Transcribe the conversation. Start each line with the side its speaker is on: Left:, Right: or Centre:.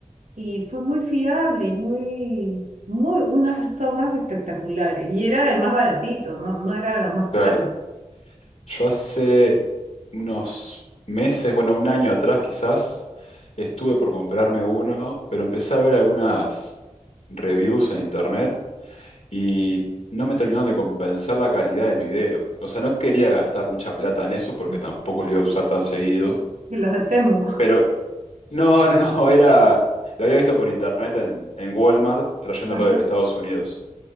Right: y fue muy fiable y muy, muy, unas tomas espectaculares. Y era el más baratito, ¿no? No era de los más
Left: Claro.
Right: caros.
Left: Yo hace unos meses, bueno, un año atrás quizás, estuve por comprarme uno, pero empecé a ver algunas reviews en internet y no me terminaron de compensar la calidad del video. O sea, no quería gastar mucha plata en eso porque
Right: Ujú.
Left: tampoco lo iba a usar tan seguido.
Right: Y los de Temu. Ajá.
Left: Pero no, <laughs> no, era... Lo había visto por internet en, en Walmart trayéndolo
Right: <laughs>
Left: de Estados Unidos.